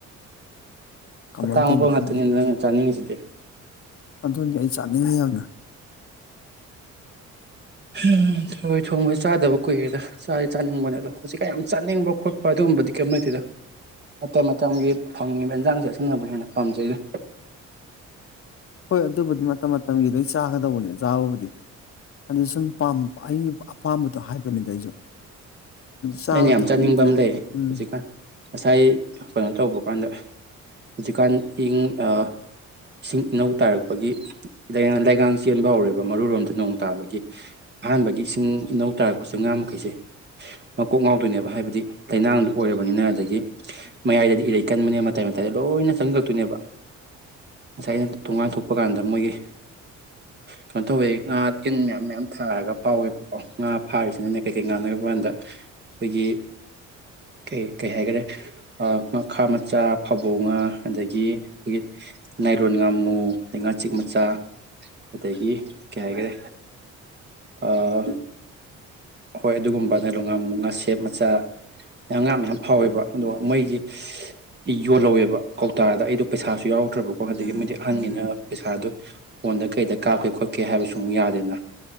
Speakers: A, on the left; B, on the right.
A: ꯀꯃꯥꯏꯅ
B: ꯑꯇꯥꯡꯕ
A: ꯇꯧꯔꯤꯅꯣ
B: ꯉꯥꯛꯇꯅꯤ
A: ꯈꯪꯗꯦ
B: ꯅꯪ ꯆꯥꯅꯤꯡꯉꯤꯁꯤꯗꯤ
A: ꯑꯗꯨꯅꯤ ꯑꯩ ꯆꯥꯅꯤꯡꯉꯤ ꯌꯥꯝꯅ
B: ꯎꯝ ꯊꯔꯣꯏ ꯊꯣꯡꯕ ꯆꯥꯗꯕ ꯀꯨꯏꯔꯦꯗ ꯆꯥꯗꯤ ꯆꯥꯅꯤꯡꯕꯅꯦ ꯑꯗꯣ ꯍꯧꯖꯤꯛ ꯀꯌꯥꯝ ꯆꯥꯅꯤꯡꯕ ꯈꯣꯠꯄ ꯑꯗꯨꯒꯨꯝꯕꯗꯤ ꯀꯦꯝ ꯂꯩꯇꯦꯗ ꯃꯇꯝ ꯃꯇꯝꯒꯤ ꯐꯪꯉꯤꯕ ꯏꯟꯁꯥꯡꯁꯦ ꯑꯁꯤꯅꯕꯨ ꯍꯦꯟꯅ ꯄꯥꯝꯖꯩꯗ
A: ꯍꯣꯏ ꯑꯗꯨꯕꯨꯗꯤ ꯃꯇꯝ ꯃꯇꯝꯒꯤ ꯂꯣꯢ ꯆꯥꯒꯗꯧꯕꯅꯦ ꯆꯥꯕꯕꯨꯗꯤ ꯑꯗꯨ ꯁꯨꯝ ꯄꯥꯝ ꯑꯩ ꯑꯄꯥꯝꯕꯗꯣ ꯍꯥꯏꯕꯅꯤꯗ ꯑꯩꯁꯨ ꯆꯥꯕ
B: ꯑꯩꯅ ꯌꯥꯝ
A: ꯊꯛꯄꯒꯤꯗꯤ
B: ꯆꯥꯅꯤꯡꯕ ꯑꯃ ꯂꯩ
A: ꯎꯝ
B: ꯍꯧꯖꯤꯛꯀꯥꯟ ꯉꯁꯥꯏ ꯀꯩꯅꯣ ꯇꯧꯕ ꯍꯧꯀꯥꯟꯗ ꯍꯧꯖꯤꯛꯀꯥꯟ ꯏꯪ ꯑꯥ ꯏꯁꯤꯡ ꯏꯅꯧ ꯇꯥꯔꯛꯄꯒꯤ ꯂꯩꯉꯥꯡ ꯆꯦꯟꯕ ꯍꯧꯔꯦꯕ ꯃꯔꯨꯔꯣꯝꯗ ꯅꯣꯡ ꯇꯥꯕꯒꯤ ꯑꯍꯥꯟꯕꯒꯤ ꯏꯁꯤꯡ ꯏꯅꯧ ꯇꯥꯔꯛꯄꯁꯦ ꯉꯥ ꯃꯈꯩꯁꯦ ꯃꯀꯣꯛ ꯉꯥꯎꯗꯣꯏꯅꯦꯕ ꯍꯥꯏꯕꯗꯤ ꯂꯩꯥꯅꯥꯡꯗꯨ ꯑꯣꯏꯔꯕꯅꯤꯅ ꯑꯗꯒꯤ ꯃꯌꯥꯏꯗꯗꯤ ꯏꯔꯩ ꯀꯟꯕꯅꯤꯅ ꯃꯇꯥꯏ ꯃꯇꯥꯏꯗ ꯂꯣꯏꯅ ꯆꯪꯖꯜꯂꯛꯇꯣꯏꯅꯦꯕ ꯉꯁꯥꯏ ꯑꯩꯅ ꯊꯣꯡꯒꯥꯟ ꯊꯣꯛꯄ ꯀꯥꯟꯗ ꯃꯣꯏꯒꯤ ꯀꯩꯅꯣ ꯇꯧꯋꯦ ꯉꯥ ꯏꯟ ꯃꯌꯥꯝ ꯃꯌꯥꯝ ꯊꯥꯔꯒ ꯐꯥꯎꯋꯦꯕꯀꯣ ꯉꯥ ꯐꯥꯔꯤꯁꯤꯅꯅꯦ ꯀꯩ ꯀꯩ ꯉꯥꯅ ꯀꯥꯟꯗ ꯑꯩꯈꯣꯏꯒꯤ ꯀꯩ ꯀꯩ ꯍꯥꯏꯒ꯭ꯔꯦ ꯉꯈꯥ ꯃꯆꯥ ꯐꯕꯧ ꯉꯥ ꯑꯗꯒꯤ ꯑꯩꯈꯣꯏꯒꯤ ꯅꯥꯏꯔꯣꯟ ꯉꯥꯃꯨ ꯑꯗꯩ ꯉꯥꯆꯤꯛ ꯃꯆꯥ ꯑꯗꯒꯤ ꯀꯩ ꯍꯥꯏꯒ꯭ꯔꯦ ꯑꯥ ꯍꯣꯏ ꯑꯗꯨꯒꯨꯝꯕ ꯅꯩꯅꯣꯟ ꯉꯥꯃꯨ, ꯉꯥꯁꯦꯞ ꯃꯆꯥ, ꯉꯥ ꯃꯌꯥꯝ ꯐꯥꯎꯋꯦꯕ ꯑꯗꯨꯒ ꯃꯣꯏꯒꯤ ꯌꯣꯜꯍꯧꯋꯦꯕ ꯀꯧꯇꯥꯗ ꯑꯩꯗꯣ ꯄꯩꯁꯥꯁꯨ ꯌꯥꯎꯗ꯭ꯔꯕꯀꯣ ꯑꯗꯒꯤ ꯃꯣꯏꯗꯤ ꯑꯍꯟꯅꯤꯅ ꯄꯩꯁꯥꯗꯨ ꯐꯣꯟꯗ ꯀꯩꯗ ꯀꯥꯞꯀꯦ ꯈꯣꯠꯀꯦ ꯍꯥꯏꯕꯁꯨ ꯑꯃꯨꯛ ꯌꯥꯗꯦꯅ